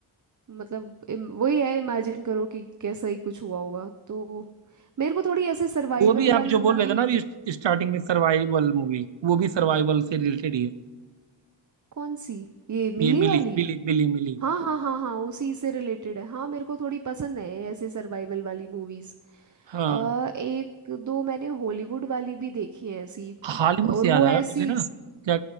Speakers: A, on the right; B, on the right.
A: मतलब इम- वही है इमेजिन करो कि कैसा ही कुछ हुआ होगा तो मेरे को थोड़ी ऐसे सर्वाइवल
B: वो भी आप
A: वाली
B: जो बोल
A: मूवीज
B: रहे थे ना अभी स्टार्टिंग में सर्वाइवल मूवी वो भी सर्वाइवल से रिलेटेड ही है
A: कौन सी ये मिली
B: ये मिली
A: वाली
B: मिली मिली मिली
A: हाँ हाँ हाँ हाँ उसी से रिलेटेड है हाँ मेरे को थोड़ी पसंद है ऐसे सर्वाइवल वाली मूवीज
B: हाँ
A: अ एक दो मैंने हॉलीवुड वाली भी देखी है ऐसी
B: हॉलीवुड
A: और
B: से याद
A: वो ऐसी
B: आया मुझे ना क्या